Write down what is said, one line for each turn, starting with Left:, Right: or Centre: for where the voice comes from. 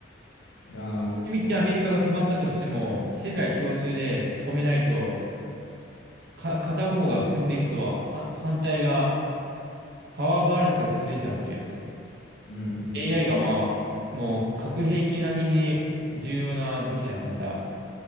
Left: ああ、
Right: 一道アメリカが止まったとしても、世界共通で止めないと、か、片方が進んでいくとは、は反対が、パワーバランスが崩れちゃうっていう。
Left: うん、
Right: AI がまあ、もう核兵器並みに重要な武器だからさ、